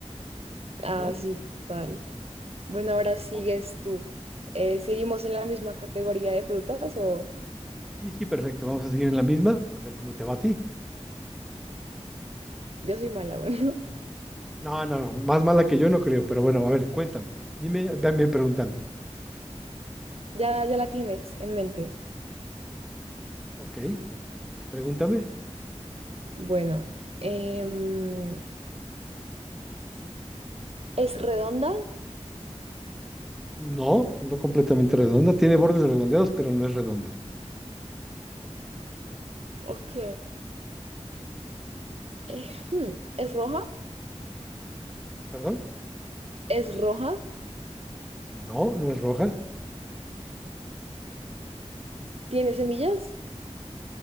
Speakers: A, on the right; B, in the centre.
A: Ah,
B: ¿no?
A: sí, tal. Bueno, ahora sigues
B: Oh,
A: tú. Eh, ¿seguimos en la misma categoría de frutas o
B: Sí, sí, perfecto. Vamos a seguir en la misma, a ver cómo te va a ti.
A: yo soy mala? Bueno,
B: No, no, no, más mala que yo no creo, pero bueno, a ver, cuéntame. Dime, véanme preguntando.
A: <laughs> ya, ya la tienes en mente.
B: Ok, pregúntame.
A: Bueno, em, ¿es redonda?
B: No, no completamente redonda. Tiene bordes redondeados, pero no es redonda.
A: Ok. Eh, hmm, ¿es roja?
B: ¿Perdón?
A: ¿Es roja?
B: No, no es roja.
A: ¿Tiene semillas?